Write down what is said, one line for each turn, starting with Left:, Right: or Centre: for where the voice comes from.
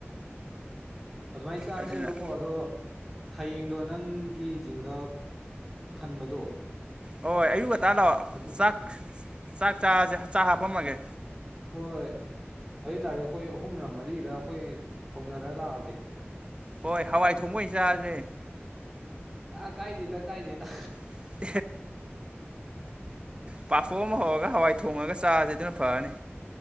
Centre: ꯑꯗ ꯃꯩ ꯆ ꯑꯁꯤꯕꯣ
Right: ꯑꯗꯨꯅ
Centre: ꯑꯗ ꯍꯌꯦꯡꯗꯣ ꯅꯪꯒꯤ ꯖꯤꯡꯒ ꯈꯟꯕꯗꯣ
Right: ꯍꯣꯏ ꯑꯌꯨꯛ ꯉꯇꯥ ꯂꯥꯛꯑꯣ
Centre: ꯑꯗꯨ
Right: ꯆꯥꯛ ꯆꯥꯛ ꯆꯁꯦ ꯆꯥꯛ ꯍꯥꯞꯄꯝꯃꯒꯦ
Centre: ꯍꯣꯏ ꯑꯗꯨꯏ ꯇꯔꯦ ꯑꯩꯈꯣꯏ ꯑꯍꯨꯝꯂ ꯃꯔꯤꯗ ꯑꯩꯈꯣꯏ ꯍꯧꯅꯔ ꯂꯥꯛꯑꯒꯦ
Right: ꯍꯣꯏ ꯍꯋꯥꯏ ꯊꯣꯡꯃꯣꯏ ꯆꯥꯁꯦ
Centre: ꯑꯥ ꯀꯥꯏ ꯆꯇ ꯀꯥꯏ ꯆꯇ
Right: <inaudible> ꯄꯥꯐꯣꯛ ꯑꯃ ꯍꯧꯔꯒ ꯍꯋꯥꯏ ꯊꯣꯡꯉꯒ ꯆꯥꯥꯁꯦ ꯑꯗꯨꯅ ꯐꯅꯤ